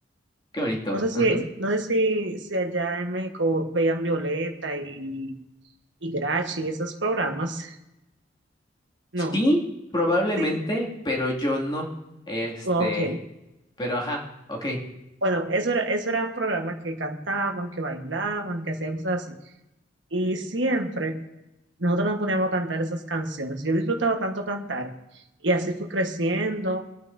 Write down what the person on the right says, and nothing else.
No sé si,
no sé si, si allá en México veían Violeta y, y Grachi, esos programas. No.
Sí.
Ok,
Bueno, eso era, eso era un programa que cantaban, que bailaban, que hacían cosas así. Y siempre nosotros nos poníamos a cantar esas canciones. Yo disfrutaba tanto cantar y así fui creciendo.